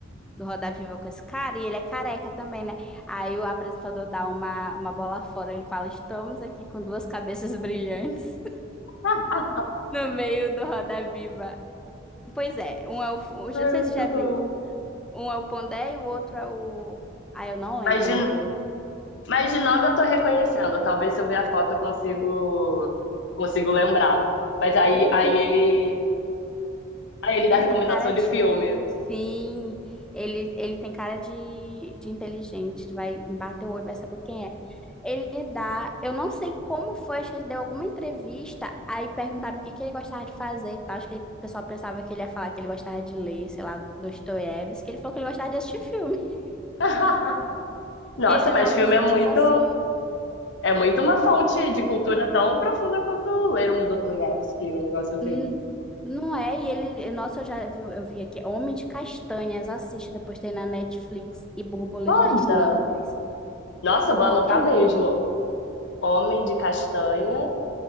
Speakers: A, in the centre; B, on the left (about 65°).
A: do Roda Viva com esse cara, e ele é careca também, né? Aí o apresentador dá uma, uma bola fora, ele fala: Estamos aqui com duas cabeças <laughs> brilhantes
B: Ah,
A: no meio do Roda Viva. Pois é, um é o. Não sei
B: Ai, muito
A: se você já viu.
B: bom.
A: Um é o Pondé e o outro é o. Ah, eu não lembro
B: mas
A: o nome
B: de,
A: do outro.
B: mas de nome eu tô reconhecendo. Talvez se eu ver a foto eu consigo, consigo lembrar. Mas aí,
A: É, ele
B: aí
A: tem,
B: ele, aí ele dá
A: ele
B: recomendação
A: tem cara
B: de
A: de.
B: filme.
A: Sim, ele, ele tem cara de, de inteligente. Vai bater o olho, vai saber quem é. Ele dá, eu não sei como foi, acho que ele deu alguma entrevista, aí perguntaram o que que ele gostava de fazer e tal. Acho que ele- o pessoal pensava que ele ia falar que ele gostava de ler, sei lá, Dostoiévski, que ele falou que ele gostava de assistir filme. <laughs>
B: <laughs> Nossa,
A: E ele
B: mas
A: dá umas
B: filme
A: indicações.
B: é muito, é muito uma fonte de cultura tão profunda quanto ler um Dostoiévski, um negócio assim.
A: Hum, não é? E ele, nossa, eu já vi, eu vi aqui, Homem de Castanhas, assiste, depois tem na Netflix e Borboletas
B: Foda!
A: Negras.
B: Nossa, vou
A: Não,
B: anotar
A: é muito
B: mesmo.
A: bom.
B: Homem de Castanha